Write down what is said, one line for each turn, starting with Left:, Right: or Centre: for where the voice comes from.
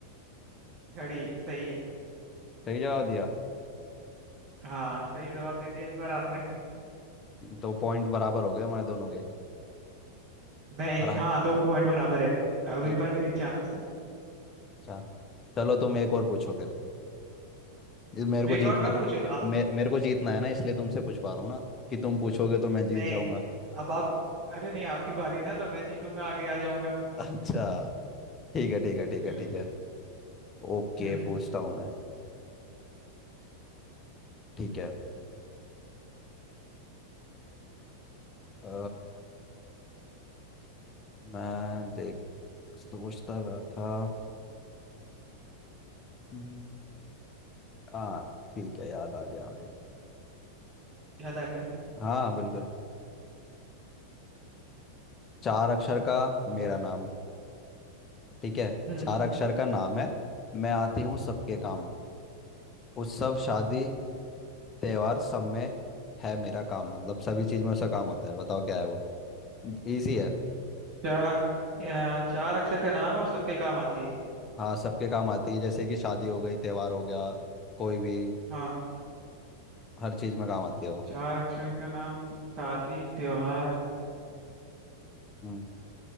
Right: घड़ी सही है
Left: सही जवाब दिया
Right: हाँ सही जवाब दे दिया इस बार आपने
Left: तो पॉइंट बराबर हो गए हमारे दोनों के
Right: नहीं
Left: बरा
Right: हाँ दो पॉइंट बराबर है अभी
Left: एक-
Right: पर मेरी चांस है
Left: अच्छा चलो तुम एक और पूछो फिर ये मेरे को
Right: एक
Left: जीतना
Right: और मैं
Left: है
Right: पूछूं आ-
Left: मे, मेरे को जीतना है ना इसलिए तुमसे पूछवा रहा हूँ ना कि तुम पूछोगे तो मैं जीत
Right: नहीं
Left: जाऊंगा
Right: अब आप अरे नहीं आपकी बारी है ना तो मैं जीतूंगा आगे आ जाऊंगा
Left: अच्छा ठीक है ठीक है ठीक
Right: हम्म
Left: है ठीक है ओके
Right: हम्म
Left: पूछता हूँ मैं ठीक है अ, मैं देख सोचता रहा था हम्म। हाँ ठीक है याद आ गया भाई
Right: याद आ गया
Left: हाँ बिल्कुल चार अक्षर का मेरा नाम ठीक है
Right: हम्म
Left: चार अक्षर का नाम है मैं आती हूँ सबके काम उत्सव शादी त्योहार सब में है मेरा काम मतलब सभी चीज में उसका काम होता है बताओ क्या है वो इजी है
Right: चार चार अक्षर का नाम है और सबके काम आती है
Left: हाँ सबके काम आती है जैसे कि शादी हो गई त्योहार हो गया कोई भी
Right: हाँ
Left: हर चीज में काम आती है वो
Right: चार अक्षर का नाम शादी त्योहार
Left: हम्म